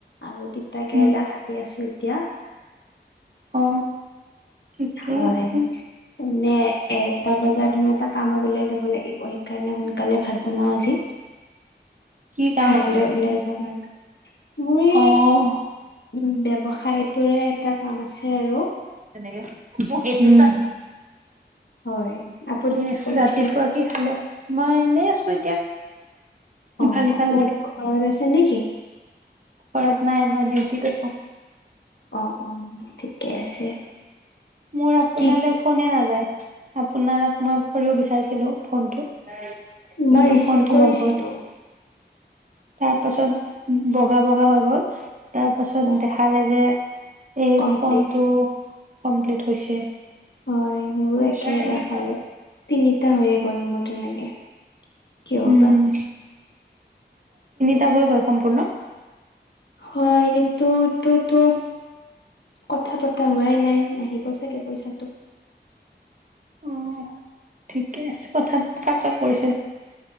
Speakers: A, on the left; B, on the right.
A: আৰু তিতাকেৰেলা
B: উম।
A: কাটি আছো এতিয়া
B: অ ঠিকেই
A: হয়
B: আছে
A: তেনে এটা বজাত তোমাৰ এটা কামত ওলাই যাব লাগিব সেইকাৰণে সোনকালে ভাত বনাও আজি
B: কি কাম
A: ঠাইলৈ
B: আছে
A: লাই যাম আৰু মই
B: অ উম
A: উ ব্যৱসায় খাইতোৰে এটা কাম আছে আৰু
B: তেনেকে থিকে
A: হয় আপুনি কি
B: আছে
A: কৰিছে
B: ৰাতিপুৱা কি খালে মই এনেই আছো এতিয়া
A: অ
B: ইফাল সিফাল
A: আপুনি ঘৰত আছে নেকি?
B: যৰত নাই মই ডিউটিত আছো
A: অ, অ ঠিকে আছে
B: মোৰ আপোনালৈ
A: কি
B: ফোনে নাযায়। আপোনাক মই কৰিব বিচাৰিছিলো ফোনটো কিন্তু
A: মই ৰিচিভ
B: ফোনটো
A: কৰিছিলোঁ।
B: নগ'ল তাৰ পাছত বগা বগা হৈ গ'ল তাৰ পাছত
A: অ
B: দেখালে যে এই
A: কমপ্লিট
B: ফোনটো কমপ্লিট হৈছে।
A: হয় মোৰো
B: তাৰপিছত
A: একে দেখালে তিনিটা হৈয়ে গ'ল মোৰ তেনেকে কিয়
B: উম
A: বা
B: তাৰ হৈ গ'ল সম্পূৰ্ণ?
A: হয়, কিন্তু এইটোতো কথা পতা হোৱাই নাই নাহিব চাগে পইচাটো
B: অ ঠিকে আছে কথা কাক কাক কৰিছিল?